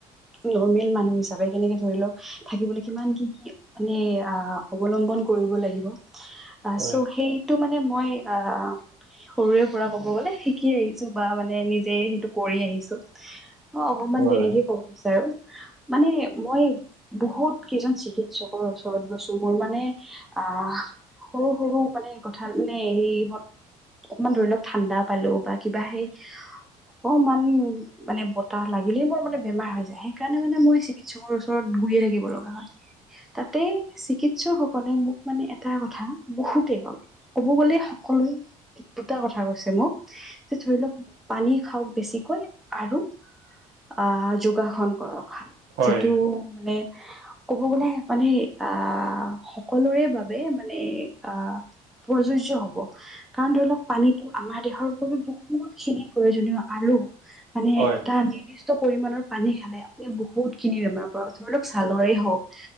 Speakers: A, in the centre; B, on the right.
A: নৰ্মেল মানুহ হিচাপে কেনেকে ধৰি লওঁক থাকিবলৈ কিমান কি কি মানে অৱলম্বন কৰিব লাগিব আ
B: হয়
A: চৌ সেইটো মানে মই আহ সৰুৰে পৰা কব গলে শিকি আহিছোঁ বা মানে নিজে সেইটো কৰি আহিছোঁ। অ অকনমান
B: হয়
A: তেনেকে কব বিচাৰোঁ মানে মই বহুত কেইজন চিকিৎসকৰ ওচৰত গৈছোঁ মোৰ মানে আহ সৰু সৰু মানে কথা মানে এই ইঁহত অকমান ধৰি লওক ঠাণ্ডা পালো বা কিবা সেই অকমান মানে বতাহ লাগিলেই মোৰ মানে বেমাৰ হৈ যায় সেইকাৰণে মানে মই চিকিৎসকৰ ওচৰত ঘূৰিয়ে থাকিব লগা হয় তাতে চিকিৎসকসকলে মোক মানে এটা কথা বহুতে কয় কব গলে সকলোই দুটা কথা কৈছে মোক যে ধৰি লওক পানী খাওক বেছিকৈ আৰু আহ যোগাসন কৰক
B: হয়
A: যিটো মানে ক'ব গ'লে মানে আহ সকলোৰে বাবে মানে আহ- প্ৰযোজ্য হব কাৰণ ধৰি লওক পানীটো আমাৰ দেহৰ বাবে বহুত খিনি প্ৰয়োজনীয় আৰু- মানে
B: হয়
A: এটা নিৰ্দিষ্ট- যথেষ্ট পৰিমাণৰ পানী খালে আপুনি বহুতখিনি বেমাৰ পৰা ধৰি লওক ছালৰেই হওঁক-